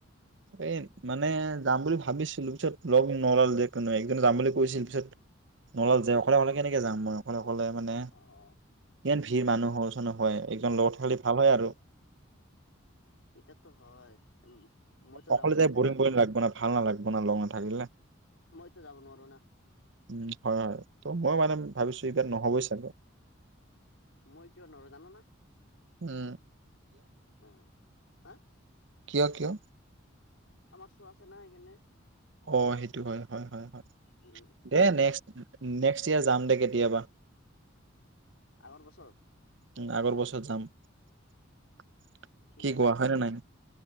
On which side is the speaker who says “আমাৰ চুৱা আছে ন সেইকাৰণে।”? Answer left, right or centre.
Left